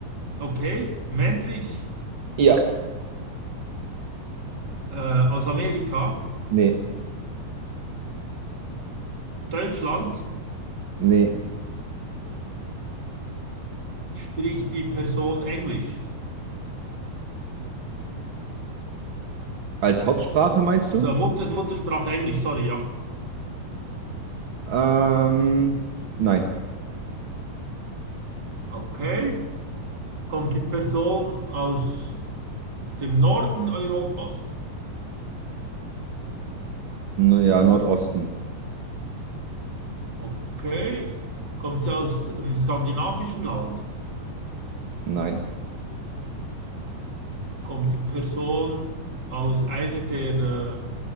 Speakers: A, on the right (about 30°); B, on the right (about 50°).
A: Okay, männlich
B: Ja.
A: äh, aus Amerika,
B: nee,
A: Deutschland
B: nee.
A: spricht die Person Englisch.
B: Als Hauptsprache meinst
A: Also
B: du?
A: Mutter, Muttersprache Englisch, sorry, ja.
B: Ähm, nein.
A: Okay, kommt die Person aus dem Norden Europas.
B: Naja, Nordosten.
A: Okay, kommt sie aus einem skandinavischen Land.
B: Nein.
A: Kommt die Person aus einer der